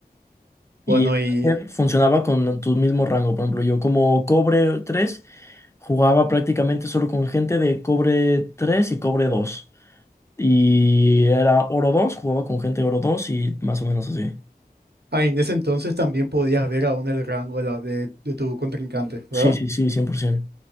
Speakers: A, on the left; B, on the right.
A: Y
B: Bueno,
A: el
B: y
A: ranked funcionaba con tu mismo rango, por ejemplo, yo como cobre 3 jugaba prácticamente solo con gente de cobre 3 y cobre dos Y era oro 2, jugaba con gente de oro 2 y más o menos así.
B: ah, en ese entonces también podías ver aún el rango de, la- de, de tu contrincante,
A: Sí,
B: ¿verdad?
A: sí, sí, 100%.